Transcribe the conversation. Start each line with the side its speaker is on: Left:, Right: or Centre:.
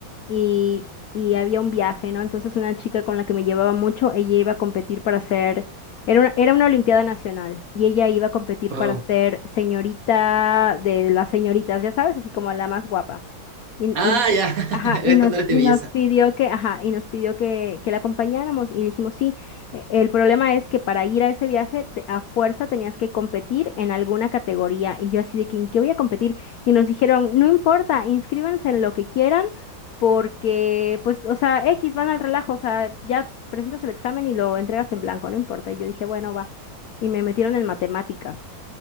Left: y, y había un viaje, ¿no? Entonces una chica con la que me llevaba mucho, ella iba a competir para ser era una, era una Olimpiada Nacional y ella iba a competir
Right: Wow.
Left: para ser señorita de las señoritas, ya sabes, así como la más guapa. Y,
Right: Ah,
Left: y-
Right: ya, <laughs>
Left: ajá,
Right: el
Left: y
Right: estándar
Left: nos,
Right: de
Left: y
Right: belleza.
Left: nos pidió que, ajá, y nos pidió que, que la acompañáramos y dijimos, sí, e- el problema es que para ir a ese viaje te- a fuerza tenías que competir en alguna categoría y yo así de que, ¿en qué voy a competir? Y nos dijeron, no importa, inscríbanse en lo que quieran porque, pues, o sea, X van al relajo, o sea, ya presentas el examen y lo entregas en blanco, no importa. Y yo dije, bueno, va. Y me metieron en matemáticas.